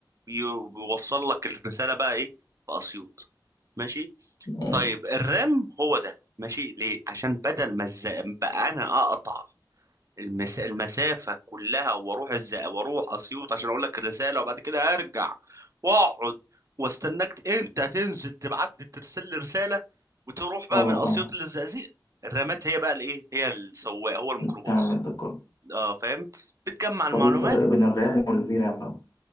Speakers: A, on the right (about 40°); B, on the left (about 55°).
A: بي- بيوصل لك الرسالة بقى ايه في اسيوط ماشي
B: اه
A: طيب الرام هو ده ماشي ليه عشان بدل ما الز... بقى انا اقطع المس... المسافة كلها واروح الز... واروح اسيوط عشان اقول لك الرسالة وبعد كده ارجع واقعد واستناك انت تنزل تبعت لي ترسل لي رسالة وتروح بقى
B: اه
A: من اسيوط
B: فاهم
A: للزقازيق الرامات هي بقى الايه هي السواق هو الميكروباص
B: بتعمل ده كله
A: اه فاهم بتجمع المعلومات
B: طب ايه الفرق بين الرام والفي رام بقى؟